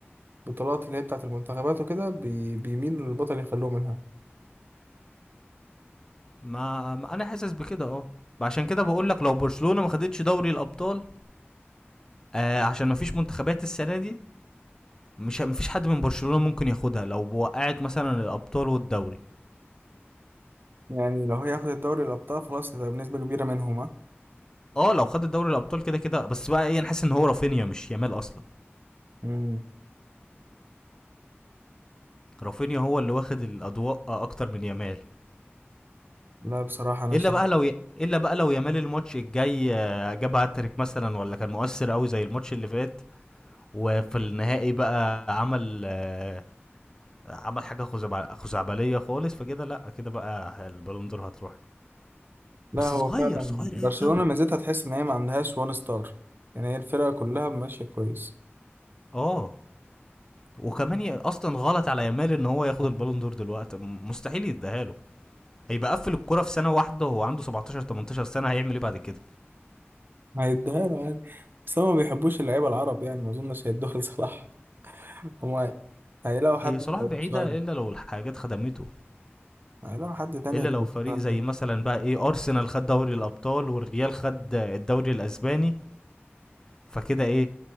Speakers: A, on the right; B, on the left.
A: بطولات اللي هي بتاعة المنتخبات وكده بي... بيميلوا للبطل يخلوه منها
B: ما, ما انا حاسس بكده اه عشان كده بقول لك لو برشلونه ما خدتش دوري الابطال آه عشان ما فيش منتخبات السنه دي مش مفيش حد من برشلونه ممكن ياخدها لو وقعت مثلا الابطال والدوري
A: يعني لو هياخد الدوري الأبطال خلاص هتبقى بنسبة كبيرة منهم ها
B: اه لو خد دوري الابطال كده كده بس بقى ايه انا حاسس ان هو رافينيا مش يامال اصلا
A: مم.
B: رافينيا هو اللي واخد الاضواء اكتر من يامال
A: لا بصراحة أنا
B: الا
A: شايف
B: بقى لو ي... الا بقى لو يامال الماتش الجاي آه، جاب هاتريك مثلا ولا كان مؤثر قوي زي الماتش اللي فات وفي النهائي بقى عمل آه، عمل حاجه خزعبل- خزعبليه خالص فكده لا كده بقى البالون دور هتروح له
A: لا
B: بس
A: هو
B: صغير
A: فعلا
B: صغير
A: برشلونة
B: قوي
A: ميزتها تحس إن هي ما عندهاش وان ستار يعني هي الفرقة كلها ماشية كويس
B: اه وكمان ي... اصلا غلط على يامال ان هو ياخد البالون دور دلوقتي م- مستحيل يديها له هيبقى قفل الكرة في سنة واحدة وهو عنده 17 18 سنة هيعمل ايه بعد كده؟
A: هيدوها له عادي بس هما ما بيحبوش اللعيبة العرب يعني ما اظنش هيدوها لصلاح <laughs> هما هيلاقوا حد
B: هي صلاح
A: يكوبسوها
B: بعيدة
A: له
B: إلا لو الحاجات خدمته
A: هيلاقوا حد تاني
B: إلا
A: يكوبسوها
B: لو فريق زي
A: له
B: مثلا بقى ايه أرسنال خد دوري الأبطال والريال خد الدوري الأسباني فكده ايه